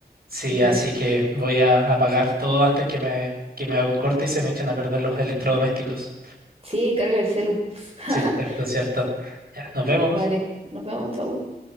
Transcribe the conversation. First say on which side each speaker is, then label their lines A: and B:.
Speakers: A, on the right; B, on the right.
A: Sí,
B: que curar.
A: así que voy a apagar todo antes que me, que me haga un corte y se me echen a perder los electrodomésticos.
B: Sí, carga el celu. <laughs>
A: Sí, cierto, cierto. Ya, nos vemos.
B: Vale, nos vemos, chau.